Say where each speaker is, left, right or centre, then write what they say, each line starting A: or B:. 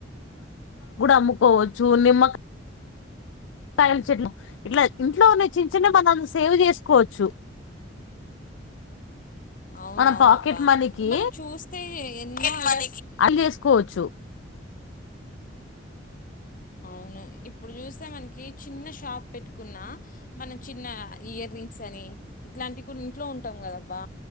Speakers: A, on the left; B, on the left.
A: అమ్ముకోవచ్చు నిమ్మక్ కాయల్ చెట్లు ఇట్ల ఇంట్లో ఉన్న చిన్న చిన్న మనం సేవ్ చేస్కోచ్చు
B: ఔనౌన్
A: మనం పాకెట్
B: అబ్బ
A: మనీకి
B: ఏమన్న చూస్తే ఎన్నో ఐడియాస్
A: అల్ చేస్కోచ్చు
B: ఉను ఇప్పుడు చూస్తే మనకి చిన్న షాప్ పెట్టుకున్నా మన చిన్న ఇయర్ రింగ్స్ అని ఇ ఇట్లాంటి కుడ ఇంట్లో ఉంటం కదబ్బా